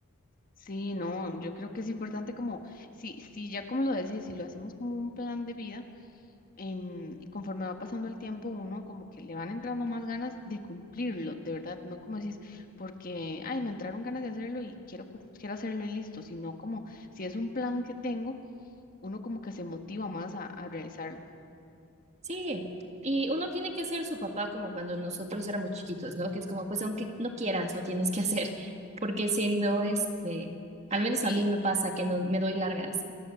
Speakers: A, on the left (about 40°); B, on the right (about 30°).
A: Sí, no, yo creo que es importante como, si, si ya como lo decís, si lo hacemos como un plan de vida. em, y conforme va pasando el tiempo, uno como que le van entrando más ganas de cumplirlo, de verdad, no como decís, porque, ay, me entraron ganas de hacerlo y quiero, cum- quiero hacerlo y listo, sino como si es un plan que tengo, uno como que se motiva más a, a realizarlo.
B: Sí, y uno tiene que ser su papá como cuando nosotros éramos chiquitos, ¿no? Que es como, pues aunque no quieras, lo tienes que hacer, <laughs> porque si no, este, al menos
A: Sí,
B: a mí me pasa que no me doy largas.